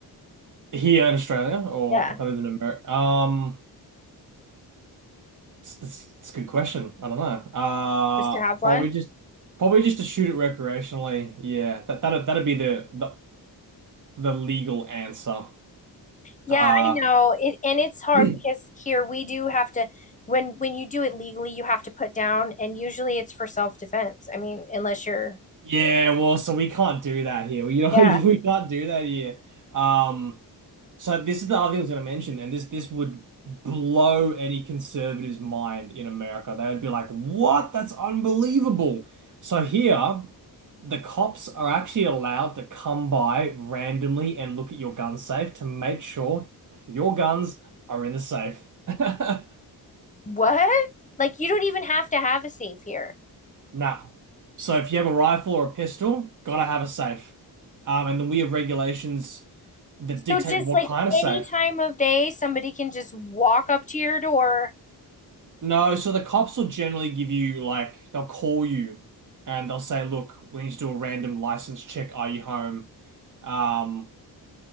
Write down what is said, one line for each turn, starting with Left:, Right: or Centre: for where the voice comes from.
Right: here in Australia, or
Left: Yeah,
Right: if I lived in America, um That's, that's, that's a good question. I don't know. Uh,
Left: just to have one.
Right: probably just probably just to shoot it recreationally. Yeah, that that'd that'd be the the the legal answer.
Left: Yeah,
Right: Uh,
Left: I know. It, and it's hard
Right: <clears throat>
Left: because here we do have to when when you do it legally, you have to put down, and usually it's for self-defense. I mean, unless you're
Right: yeah. Well, so we can't do that here. You know,
Left: yeah.
Right: <laughs> we can't do that here. Um. So this is the other thing I was going to mention, and this this would blow any conservative's mind in America. They would be like, "What? That's unbelievable." So here, the cops are actually allowed to come by randomly and look at your gun safe to make sure your guns are in the safe. <laughs>
Left: What? Like you don't even have to have a safe here.
Right: Nah. So if you have a rifle or a pistol, gotta have a safe. Um, and then we have regulations that dictate
Left: So just
Right: what
Left: like
Right: kind of
Left: any
Right: safe.
Left: time of day, somebody can just walk up to your door.
Right: No, so the cops will generally give you like they'll call you and they'll say, "Look, we need to do a random license check. Are you home?" Um,